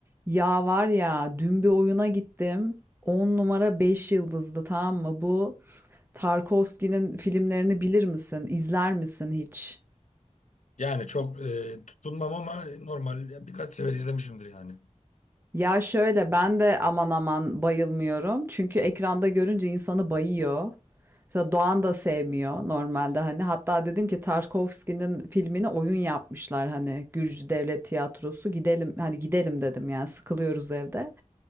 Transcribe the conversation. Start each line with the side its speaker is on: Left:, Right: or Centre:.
Right: Ya var ya dün bir oyuna gittim. 10 numara 5 yıldızdı tamam mı? Bu Tarkovski'nin filmlerini bilir misin? İzler misin hiç?
Left: Yani çok e, tutunmam ama normal ya birkaç sefer izlemişimdir yani.
Right: Ya şöyle ben de aman aman bayılmıyorum. Çünkü ekranda görünce insanı bayıyor. Mesela Doğan da sevmiyor normalde hani. Hatta dedim ki Tarkovski'nin filmini oyun yapmışlar hani Gürcü Devlet Tiyatrosu. Gidelim hani gidelim dedim yani sıkılıyoruz evde.